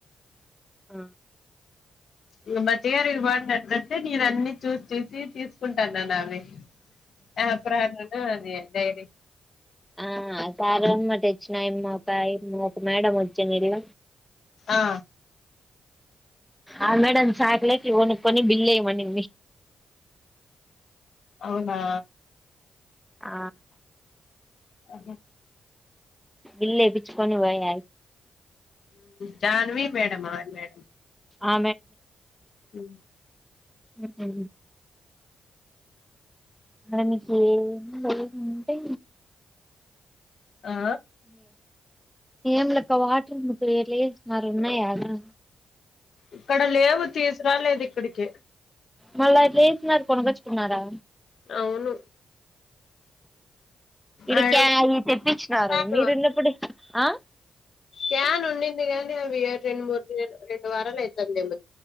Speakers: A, in the centre; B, on the left.
A: ఆ
B: ఈ మతిగారు ఇది బడినట్ంటే నేను అన్ని చూసి చూసి తీసుకుంటాన్నాను అవి ఆ ప్రను అది డైరి
A: ఆ సారు అమ్మ తెచ్చిన అమ్మక అమ్మ ఒక మేడం వచ్చనిల్ల
B: ఆ
A: ఆ మేడ సాక్లేకి ఓను కొని బిల్ళ మనీ
B: అవునా
A: ఆ
B: అ
A: బిల్లే వేయించుకోని వారు
B: జాహన్వీ మేడంమ్ మేడ
A: ఆ
B: ఉ
A: ఉ అలా మీకు ఏ ఉంటా
B: ఆ
A: ఏంలక్క వాటర్ ముకులి మారున్నా ద
B: ఇక్కడ లేవు తీసురాలేదు ఇక్కడికి
A: మళ్ళా లేస్తున్నారు కొనగచ్చుకున్నారా
B: అవును
A: ఇడికి
B: ఆడ
A: అ తెప్పించినారు
B: రకాలు
A: మీరున్నప్పుడు ఆ
B: క్యాన్ ఉండింది గానీ అవి రెండు మూర్ రెండు వారాల అవుతుది న మ